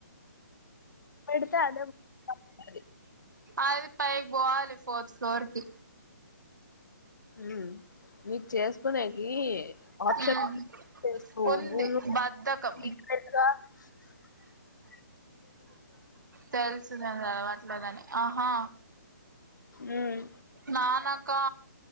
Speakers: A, on the left; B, on the right.
A: పేడితే అదే <unintelligible>
B: అది పైకి పోవాలి ఫోర్త్ ఫ్లోర్ కి
A: ఉమ్ నీకు చేసుకునేకి ఆప్షన్స్త
B: ఉమ్ ఉంది
A: మేముగా
B: బద్ధకం
A: <unintelligible>
B: తెలుసు నేను చదవట్లే అని ఆహా
A: మ్మ్
B: నాన్నాకా